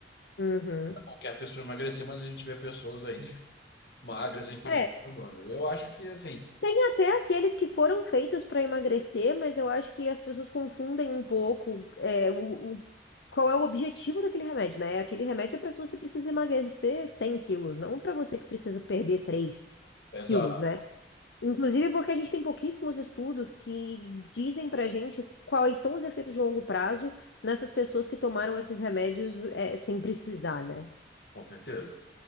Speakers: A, on the left; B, on the left.
A: Uhum.
B: Qualquer pessoa emagrecer, mas a gente vê pessoas aí <laughs> magras, inclusive,
A: É,
B: tomando. Eu acho que, assim,
A: tem até aqueles que foram feitos para emagrecer, mas eu acho que as pessoas confundem um pouco é, o, o- qual é o objetivo daquele remédio, né? Aquele remédio é para se você precisa emagrecer 100 quilos, não para você que precisa perder três
B: essa,
A: quilos, né? Inclusive porque a gente tem pouquíssimos estudos que dizem pra gente quais são os efeitos de longo prazo nessas pessoas que tomaram esses remédios é, sem precisar, né?
B: com certeza.